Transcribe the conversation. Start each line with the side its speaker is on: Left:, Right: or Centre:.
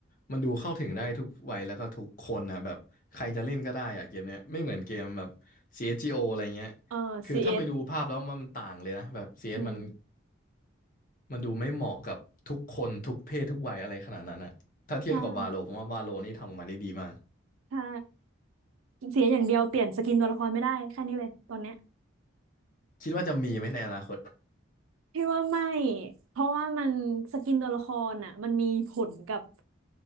Left: มันดูเข้าถึงได้ทุกวัยแล้วก็ทุกคนนะแบบใครจะเล่นก็ได้อะเกมเนี้ยไม่เหมือนเกมแบบ CSGO อสจีโออะไรเงี้ย
Right: เออ
Left: คือถ้าไปดูภาพแล้วมันต่างเลยนะแบบ
Right: CS อส
Left: CS
Right: อืม
Left: มันมันดูไม่เหมาะกับทุกคนทุกเพศทุกวัยอะไรขนาดนั้นอะถ้าเทียบกับวาโลผมว่าวาโลนี่ทำออกมาได้ดีมาก
Right: ใช่ใช่ เสียอย่างเดียวเปลี่ยนสกินตัวละครไม่ได้แค่นี้เลยตอนเนี้ย
Left: คิดว่าจะมีไหมในอนาคต
Right: พี่ว่าไม่เพราะว่ามันสกินตัวละครอ่ะมันมีผลกับ